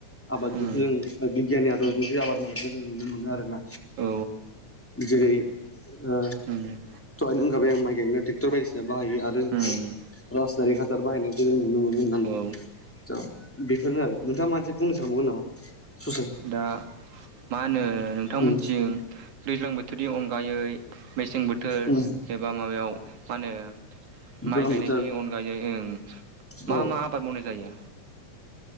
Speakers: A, in the centre; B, on the right (about 85°).
A: आबादजोंसो
B: उम
A: जों बिगियाननि आदबजोंसो आबाद मावनायखौ जों नुनो मोनो आरोना।
B: औ
A: जेरै- ओ
B: उम
A: दहायनो होनखाबाय आं माइ गायनो ट्रेक्टर बायदिसिना बाहायो आरो
B: उम
A: रासायनारि हासार बाहायनायखौ जों नुनो मोनो होननानै
B: औ उम
A: दा बेफोरनो आरो नोंथाङा माबा मोनसे सानबावदों नामा? ससे
B: दा मा होनो नोंथांमोनथिं
A: उम
B: दैज्लां बोथोरनि अनगायै मेसें बोथोर
A: उम
B: एबा माबायाव मा होनो
A: गोलोम
B: माइ गायनायनि
A: बोथोर
B: अनगायै ओं मा
A: औ
B: मा आबाद मावनाय जायो?